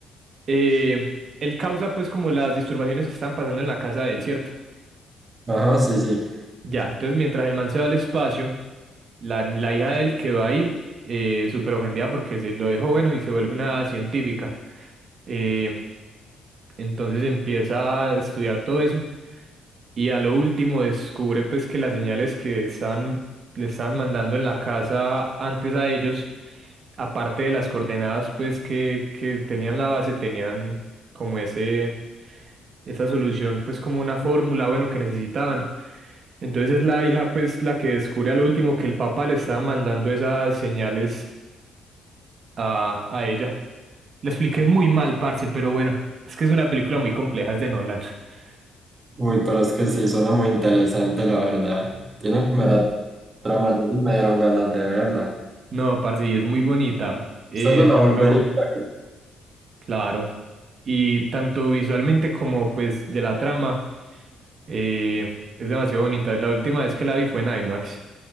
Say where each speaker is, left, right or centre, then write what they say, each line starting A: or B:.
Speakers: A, on the right; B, on the right.
A: eh, él causa pues como las disturbaciones que estaban pasando en la casa de él, ¿cierto?
B: Ajá, sí, sí.
A: Ya, entonces mientras el man se va al espacio, la, la hija de él quedó ahí, eh, súper ofendida porque se lo dejó bueno y se vuelve una científica. Eh, entonces empieza a estudiar todo eso y a lo último descubre pues que las señales que estaban, le estaban mandando en la casa antes a ellos aparte de las coordenadas pues que, que tenían la base, tenían como ese, esa solución pues como una fórmula, bueno, que necesitaban. Entonces es la hija pues la que descubre a lo último que el papá le estaba mandando esas señales a, a ella. Le expliqué muy mal, parce, pero bueno, es que es una película muy compleja, es de Nolan. <laughs>
B: Uy, pero es que sí, suena muy interesante, la verdad. Tiene buena trama, ya ni me dieron ganas de verla.
A: No, parce, y es muy bonita. Eh,
B: ¿Usted se la
A: tanto,
B: volvería? a ver?
A: claro, y tanto visualmente como pues de la trama, eh, es demasiado bonita. La última vez que la vi fue en IMAX.